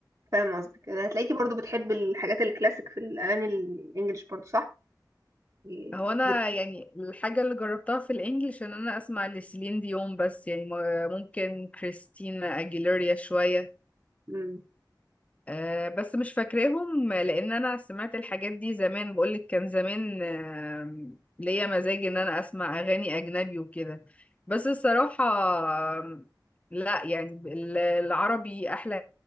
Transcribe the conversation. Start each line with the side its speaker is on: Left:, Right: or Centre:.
Right: فاهمه قصدك هتلاقيكي برضو بتحب الحاجات الكلاسيك في الاغاني الانجليش برضو صح
Left: هو أنا يعني الحاجة اللي جربتها في الإنجليش إن أنا أسمع لسيلين ديون بس يعني م- ممكن كريستينا أجيليريا شوية
Right: امم
Left: آه، بس مش فاكراهم لان انا سمعت الحاجات دي زمان بقولك كان زمان آه، ليا مزاج ان انا اسمع اغاني اجنبي وكده بس الصراحة آه، لا يعني ال- العربي احلى